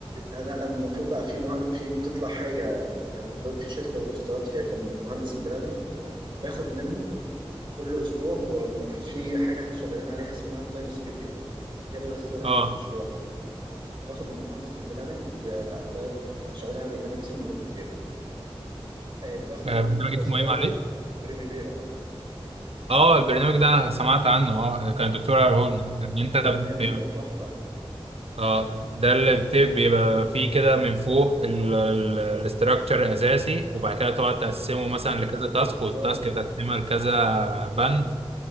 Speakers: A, on the right; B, on the right.
A: أنا المفروض بقى في مه... في بتطلع حاجه كان في شركه اشتغلت فيها كان مهندس البلاننج باخد منه كل اسبوع هو المفروض في حاجه احنا شغالين عليها اسمها التايم سكيدول جدول الزمني
B: اه
A: للمشروع كنت باخد من مهندس البلاننج آه، ده شغالين على برنامج اسمه بروميفير آه، باخد
B: آه،
A: منه
B: برنامج
A: التاسكات
B: اسمه ايه معلش
A: بريميفيرا
B: اه البرنامج ده انا سمعت عنه اه كان الدكتور قاله لنا ان انت
A: البرنامج
B: ب...
A: ده تحفة
B: اه ده اللي بت- بيبقى فيه كده من فوق الاستراكشر اساسي وبعد كده تقعد تقسمه مثلا لكذا تاسك
A: بالظبط
B: والتاسك تقسمها لكذا بند